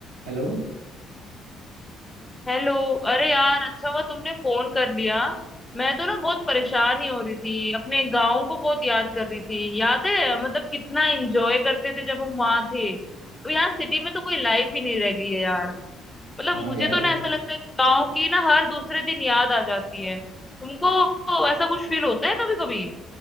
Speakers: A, on the right (about 80°); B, on the left (about 15°).
A: Hello
B: Hello अरे यार अच्छा हुआ तुमने फोन कर लिया मैं तो ना बहुत परेशान ही हो रही थी अपने गांव को बहुत याद कर रही थी याद है मतलब कितना एंजॉय करते थे जब हम वहां थे तो यार सिटी में तो कोई लाइफ ही नहीं रह गई है यार मतलब
A: हाँ
B: मुझे
A: यार
B: तो ना ऐसा लगता है कि गांव की ना हर दूसरे दिन याद आ जाती है तुमको ऐसा कुछ फील होता है कभी कभी